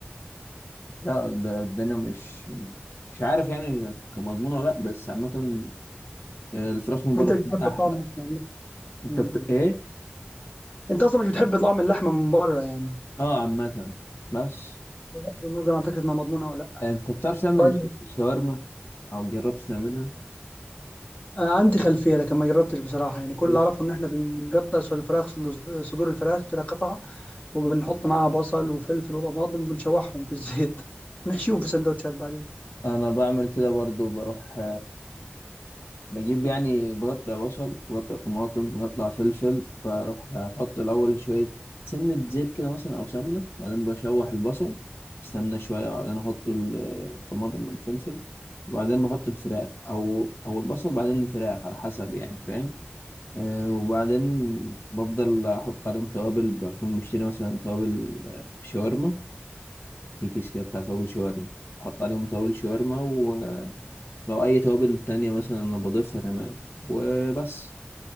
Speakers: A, on the left (about 75°); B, on the left (about 35°).
A: لا ده, ده انا مش مش عارف يعني كمضمون ولا لا بس عامة آه، الفراخ من بره
B: انت
A: بتكون
B: مش بتحب
A: احلى
B: طعم اللحمة. ولا لا؟
A: انت
B: م- م.
A: بت... ايه
B: انت اصلا مش بتحب طعم اللحمه من بره يعني
A: اه عامة بس
B: بغض النظر عن فكره انها مضمونه او لا
A: انت بتعرف تعمل
B: طيب
A: ش- شاورما او جربت تعملها
B: آه عندي خلفيه لكن ما جربتش بصراحه يعني كل
A: بص
B: اللي اعرفه ان احنا بنقطع صدور الفراخ صدور الفراخ كده قطع وبنحط معاها بصل وفلفل وطماطم وبنشوحهم في الزيت <laughs> ونحشيهم في سندوتشات بعدين
A: انا بعمل كده برضو بروح بجيب يعني بقطع بصل بقطع طماطم بقطع فلفل بروح احط الاول شويه سنه زيت كده مثلا او سمنه بعدين بشوح البصل استنى شويه وبعدين احط ال- الطماطم والفلفل وبعدين بحط الفراخ او او البصل بعدين الفراخ على حسب يعني فاهم أه وبعدين بفضل احط عليهم توابل بكون مشتري مثلا توابل آه، شاورما في كيس كده بتاع توابل شاورما بحط عليهم توابل شاورما ولو اي توابل تانية مثلا انا بضيفها تمام وبس